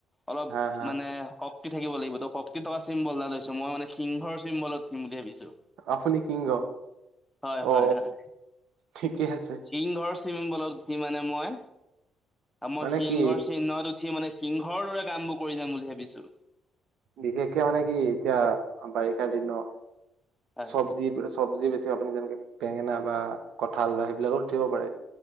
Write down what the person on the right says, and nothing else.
হা হা
আপুনি সিংহ
অ
ঠিকে আছে।
মানে
কি
বিশেষকে মানে কি এতিয়া বাৰিষা দিন ন
চব্জি- চব্জি বেছি আপুনি যেনেকে বেঙেনা বা কঁঠাল বা, সেইবিলাকত উঠিব পাৰে